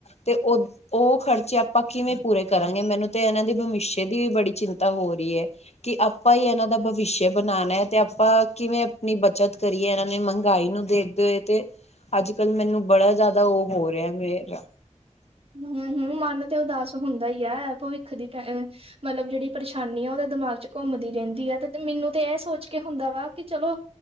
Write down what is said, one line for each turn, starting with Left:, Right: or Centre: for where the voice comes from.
Left: ਤੇ ਓ ਓ ਖਰਚੇ ਆਪਾਂ ਕਿਵੇਂ ਪੂਰੇ ਕਰਾਂਗੇ ਮੈਨੂੰ ਤੇ ਐਨਾਂ ਦੀ ਭਵਿਸ਼ਯ ਦੀ ਵੀ ਬੜੀ ਚਿੰਤਾ ਹੋ ਰੀ ਏ। ਕਿ ਆਪਾਂ ਈ ਇਨਾਂ ਦਾ ਭਵਿਸ਼ਯ ਬਣਾਨਾ ਤੇ ਆਪਾਂ ਕਿਵੇਂ ਆਪਣੀ ਬੱਚਤ ਕਰੀਏ ਐਨਾਂ ਨੇ ਮਹੰਗਾਈ ਨੂੰ ਦੇਖਦੇ ਹੋਏ ਤੇ ਅੱਜਕਲ ਮੈਨੂੰ ਬੜਾ ਜ਼ਿਆਦਾ ਓ ਹੋ ਰੇ ਆ ਮੇਰਾ
Right: ਹੂੰ, ਹੂੰ ਮਨ ਤੇ ਉਦਾਸ ਹੁੰਦਾ ਈ ਐ, ਭਵਿੱਖ ਦੀ ਟੈ ਮਤਲਬ ਜਿਹੜੀ ਪਰੇਸ਼ਾਨੀ ਆ ਓਦੇ ਦਿਮਾਗ ਚ ਘੁੰਮਦੀ ਰਹਿੰਦੀ ਆ ਤੇ ਮੈਨੂੰ ਤੇ ਐ ਸੋਚ ਕੇ ਹੁੰਦਾ ਵਾ ਕਿ ਚਲੋ